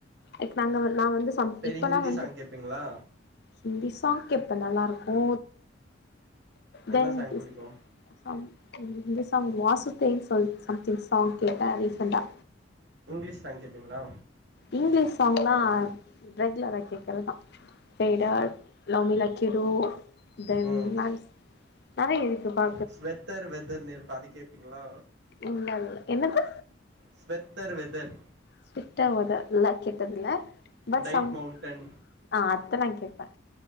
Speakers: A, on the left; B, on the right.
A: இக் நாங்க வந்து நா வந்து சம்
B: சரி
A: இப்பல்லா
B: ஹிந்தி
A: வந்து
B: சாங் கேப்பீங்களா
A: ஹிந்தி சாங் கேப்பே நல்லாருக்கு
B: என்ன
A: தென்
B: சாங் புடிக்கு
A: சாங் இந்த சாங் வாசுத்தேன் சொல்ட் சம்திங் சாங் கேப்பே ரீசண்ட்டா
B: இங்லீஷ் சாங் கேபீங்களா
A: இங்லீஷ் சாங்லா ரெகுலரா கேக்கறதா ஃபெய்ட் ஆட் லாங் லச்சுடு தென்
B: ம்
A: நான்ஸ் நெறைய இருக்கு பா
B: ஸ்வெத்தர் வெதர்னு இருக்கு அது கேப்பீங்களா
A: இல்லல்ல என்னது
B: ஸ்வெத்தர் வெதர்
A: ஸ்வெட்டா வெத இல்ல கேட்டது இல்ல பட்
B: டைட்
A: சம்
B: மவுண்டன்
A: ஆ அத்த நா கேப்பே